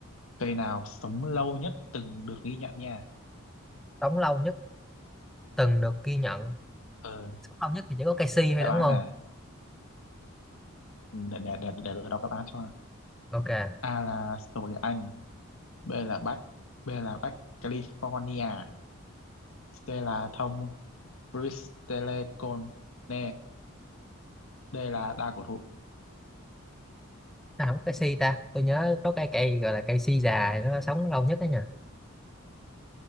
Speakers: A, on the left; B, in the centre.
A: cây nào sống lâu nhất từng được ghi nhận nha
B: sống lâu nhất từng được ghi nhận
A: ờ
B: sống lâu nhất thì chỉ có cây si thôi
A: đáp
B: đúng
A: án
B: không
A: nè Ừ, để để để để tôi đọc đáp án cho
B: ok
A: A là sồi Anh B là Bắc B là Bắc California C là thông Bristlecone D là đa cổ thụ
B: à, không có cây si ta tôi nhớ có cây cây gọi là cây si già nó sống lâu nhất đấy nhỉ